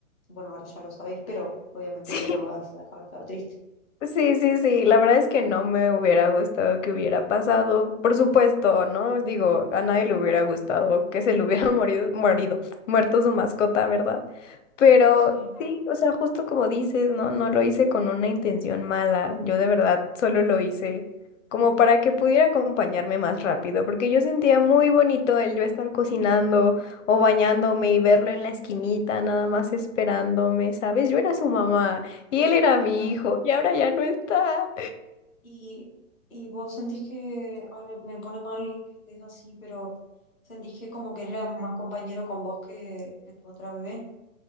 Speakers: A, in the centre; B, on the left.
A: bueno, ahora ya lo sabéis, pero obviamente
B: Sí,
A: que no vas a dejar de estar triste.
B: Sí, sí, sí, la verdad es que no me hubiera gustado que hubiera pasado, por supuesto, ¿no? Digo, a nadie le hubiera gustado que se le hubiera <laughs> morido, morido, muerto su mascota, ¿verdad? Pero
A: Sí,
B: sí, o sea, justo como dices, ¿no? No lo hice con una intención mala, yo de verdad solo lo hice como para que pudiera acompañarme más rápido, porque yo sentía muy bonito el yo estar cocinando o bañándome y verlo en la esquinita, nada más esperándome, ¿sabes? Yo era su mamá. Y él era mi
A: claro.
B: hijo y ahora ya no está.
A: Y, y vos sentís que, ay, me, me pone mal que estés así, pero sentís que como que él era más compañero con vos que, que tu otra bebé.